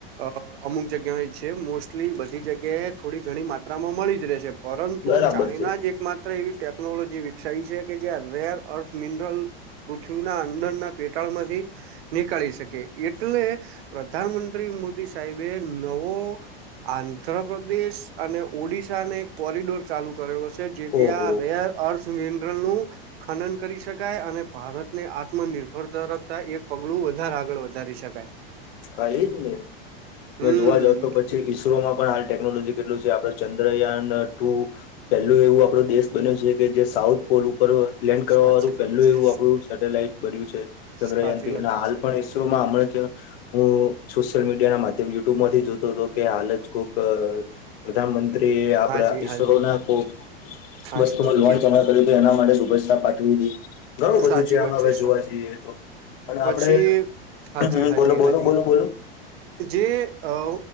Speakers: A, on the right; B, on the left.
A: અહ અમુક જગ્યાઓ એજ છે, મોસ્ટલી બધી જગ્યાએ થોડી ઘણી માત્રામાં મળી જ રેહ છે. પરંતુ
B: બરાબર
A: ચાઈના
B: છે
A: જ એક માત્ ત્ર એવી ટેકનોલોજી વિકસાઈ છે કે જ્યાં રેર અર્થ મિનરલ. પૃથ્વીના અંદરના પેટાળમાંથી નીકાળી શકે એટલે પ્રધાનમંત્રી મોદી સાહેબે નવો આંધ્રપદેશ અને ઓડિશાને એક કોરિડોર ચાલુ કરેલો છે. જીભયા
B: ઓહો
A: આ રેર અર્થ મિનરલનું ખનન કરી શકાય અને ભારતને આત્મનિર્ભરતા રાખતા એક પગલું વધારે આગળ વધારી શકાય.
B: કઈ જ ને તમે
A: હમ
B: જોવા જાવ તો પછ જે ઈસરોમાં પણ હાલ ટેકનોલોજી કેટલું છે આપડ ચંદ્રયાન ટુ પેલું એવું આપડો દેશ બન્યો છે કે જે સાઉથ પોલ ઉપર લેન્ડ કરવા
A: સાચી
B: વાળું પેલું
A: વાત છે
B: એવું આપડુ સેટેલાઈટ બન્યું છે, ચંદ્રયાન
A: સાચી વાત છે
B: હાલ
A: સાચી
B: પણ ઇસ
A: વાત છે
B: હા, એમના હું સોશિયલ મીડિયાના માધ્યમ યુટ્યુબમાંથી જોત તો કે હાલ જ કોઈક અહ પ્રધાનમંત્રી આપડા
A: હાજી
B: ઈસરોના
A: હાજી
B: કોક
A: સાચી
B: વસ્તુમાં
A: વાત
B: લોનચ અમણા કર્યું તો એના માટે શુભેચ્છા પાઠવીટી, ઘણું બધું
A: સાચી
B: છે આમાં
A: વાત
B: હવે જોવા
A: સર
B: જઈએ તો અને
A: પછી
B: આપડ
A: હાજી હાજી
B: બોલો બોલો
A: હાજી
B: બોલો બોલો.
A: જે અવ